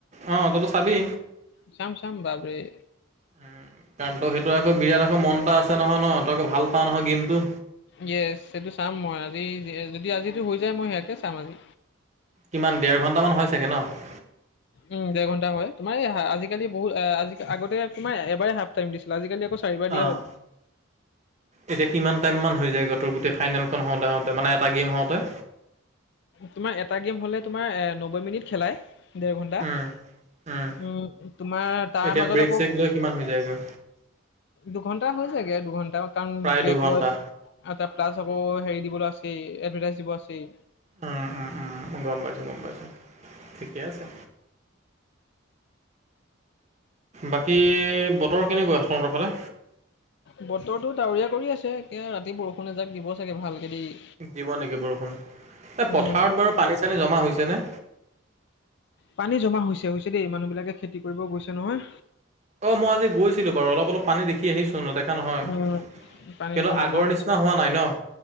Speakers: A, on the right; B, on the left.
A: অ তইতো চাবি।
B: চম চম বাবেই।
A: উমঁ কাৰণ তই সেইটো আকৌ বিৰাট আকৌ মন এটা আছে নহয় ন? তই আকৌ ভাল পাওঁ নহয় গেমতটো।
B: ইয়েছ সেইটো চাম মই আজি যদি আজিতো হৈ যায় মই সেয়াকে চাম আজি।
A: কিমান ডেৰ ঘণ্টামান হয় চাগে ন?
B: উমঁ দেৰ ঘন্টা হয়। তোমাৰ আজিকালি বহুত আজি আগতে তোমাৰ এবাৰে হাফ টাইম দিছিলে আজিকালি আকৌ চাৰিবাৰ দিয়া
A: অঁহ।
B: হ'ল।
A: এতিয়া কিমান টাইমমান হৈ যায়গৈ তোৰ গোটেই ফাইনেলখন হওঁতে-হওঁতে মানে এটা গেম হওঁতে?
B: তোমাৰ এটা গেম হলে তোমাৰ এ নব্বৈ মিনিট খেলাই, দেৰ ঘন্টা।
A: উম উম
B: উমঁ তোমাৰ তাৰ
A: এতিয়া
B: মাজত
A: ব্ৰেক
B: আকৌ
A: চেক লৈ কিমান হৈ যায়গৈ
B: দুঘন্টা হৈ যায়গে, দুঘন্টা কাৰণ
A: প্ৰায়
B: ব্ৰেক
A: দুঘণ্টা
B: লোৱাটো এটা প্লাছ আকৌ হেৰি দিবলৈ আছে, এডভাৰটাইজ দিব আছে।
A: উমঁ, উমঁ-উমঁ গম পাইছো, গম পাইছো ঠিকে আছে। বাকী বতৰ কেনেকুৱা তহঁতৰ ফালে?
B: বতৰটো ডাৱৰীয়া কৰি আছে। এতিয়া ৰাতি বৰষুণ এজাক দিব চাগে ভালকে দেই।
A: দিব নেকি বৰষুণ? এই
B: উম
A: পথাৰত বাৰু পানী-চানী জমা হৈছে নে?
B: পানী জমা হৈছে হৈছে দেই। মানুহ বিলাকে খেতি কৰিব গৈছে নহয়।
A: অ মই আজি গৈছিলো বাৰু অলপ অলপ পানী দেখি কি আহিছো নেদেখা নহয়,
B: উম পানী
A: কিন্তু
B: অলপ জমা
A: আগৰ
B: হৈছে
A: নিচিনা হোৱা নাই ন?